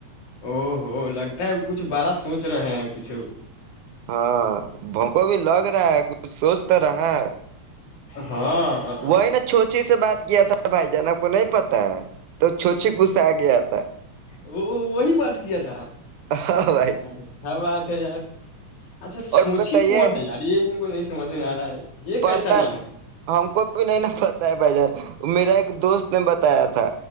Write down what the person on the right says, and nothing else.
ہاں بھونکوں بھی لگ رہا ہے کچھ سوچ تو رہا ہے
وہی نا چھوچی سے بات کیا تھا بھائی جانب کو نہیں پتا ہے تو چھو چے گ سے آگیا آتا
ہاں بھائی
اور بتائیے
پتا
ہم کو بھی نہیں ن پتا ہے بھائی جان میرا ایک دوست نے بتایا تھا